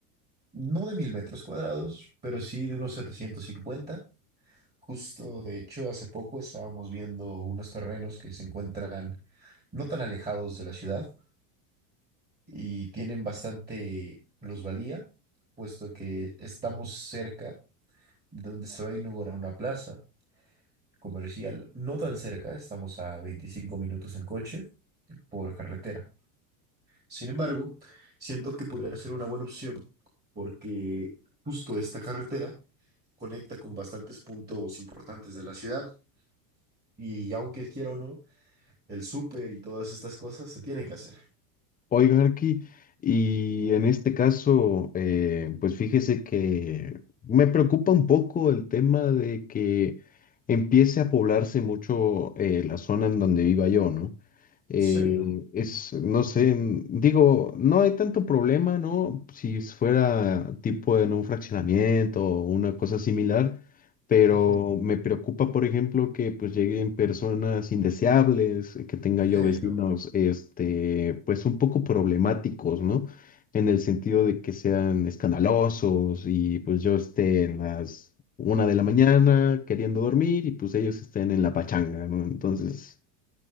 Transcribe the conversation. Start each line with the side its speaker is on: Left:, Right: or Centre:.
Right: no de mil metros cuadrados, pero sí de unos setecientos cincuenta Justo, de hecho, hace poco estábamos viendo unos terrenos que se encuentran no tan alejados de la ciudad y tienen bastante plusvalía, puesto que estamos cerca de donde se va a inaugurar una plaza comercial no tan cerca, estamos a 25 minutos en coche por carretera. Sin embargo, siento que podría ser una buena opción porque justo esta carretera conecta con bastantes puntos importantes de la ciudad y aunque quiera o no, el súper y todas estas cosas se tienen que hacer.
Left: Oiga, Arqui, y en este caso, eh, pues fíjese que me preocupa un poco el tema de que empiece a poblarse mucho eh, la zona en donde viva yo, ¿no? Eh,
Right: Sí, no.
Left: es, no sé, n- digo, no hay tanto problema, ¿no? Si fuera tipo en un fraccionamiento o una cosa similar pero
Right: Ujú.
Left: me preocupa, por ejemplo, que pues lleguen personas indeseables, que tenga yo
Right: Sí,
Left: vecinos,
Right: no. <laughs>
Left: este, pues un poco problemáticos, ¿no? En el sentido de que sean escandalosos y pues yo esté en las una de la mañana
Right: Sí.
Left: queriendo dormir y pues ellos estén en la pachanga, ¿no? Entonces,